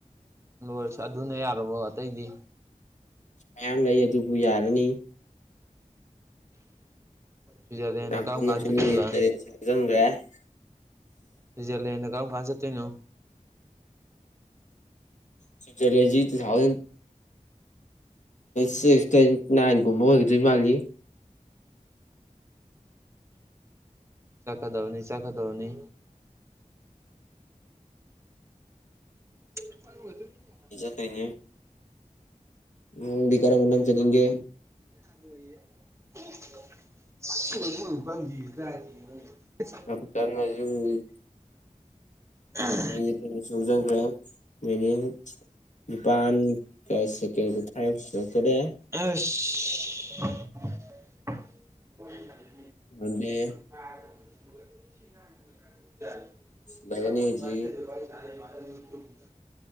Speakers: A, on the right (about 20°); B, on the left (about 65°).
A: ꯂꯣꯏꯔꯁꯨ ꯑꯗꯨꯅ ꯌꯥꯔꯕꯣ ꯑꯇꯩꯗꯤ
B: ꯃꯌꯥꯝ ꯂꯩ ꯑꯗꯨꯕꯨ ꯌꯥꯔꯅꯤ
A: ꯁ꯭ꯋꯤꯖꯔꯂꯦꯟꯗ
B: ꯌꯥꯝ
A: ꯀꯔꯝ
B: ꯊꯨꯅ
A: ꯀꯥꯟ
B: ꯆꯠꯅꯤꯡꯉꯦ
A: ꯆꯠꯇꯣꯏꯕ
B: <unintelligible>
A: ꯁꯨꯏꯖ꯭ꯔꯂꯦꯟꯗ ꯀꯔꯝ ꯀꯥꯟ ꯆꯠꯇꯣꯏꯅꯣ
B: ꯁꯨꯏꯖ꯭ꯔꯂꯦꯟꯖꯤ ꯇꯨꯊꯥꯎꯖꯟ ꯁꯤꯛꯁ ꯇꯩ ꯅꯥꯏꯟꯒꯨꯝꯕ ꯑꯣꯏꯒꯗꯣꯏ ꯃꯥꯜꯂꯤ
A: ꯆꯠꯀꯗꯕꯅꯤ ꯆꯠꯀꯗꯕꯅꯤ <unintelligible> <unintelligible>
B: ꯇꯩꯅ‌ꯩ ꯅꯪꯗꯤ ꯀꯥꯥꯔꯝ ꯀꯔꯝ ꯆꯠꯅꯤꯡꯒꯦ
A: ꯈꯪꯉꯣꯏꯌꯦ <unintelligible>
B: <unintelligible>
A: ꯑꯍ
B: ꯃꯤꯅꯠ ꯀꯨꯟꯁꯨ ꯍꯧꯖꯟꯈ꯭ꯔꯦ ꯃꯤꯅꯠ ꯅꯤꯄꯥꯥꯟꯒ ꯁꯦꯀꯦꯟ ꯀꯨꯟꯊ꯭ꯔꯥ ꯌꯧꯁꯤꯂꯣꯛꯇꯣꯔꯦ
A: ꯑꯥꯁ
B: ꯃꯟꯗꯦ
A: <unintelligible> <unintelligible> <unintelligible> <unintelligible>
B: ꯂꯩꯒꯅꯤ ꯍꯧꯖꯤꯛ
A: <unintelligible> <unintelligible>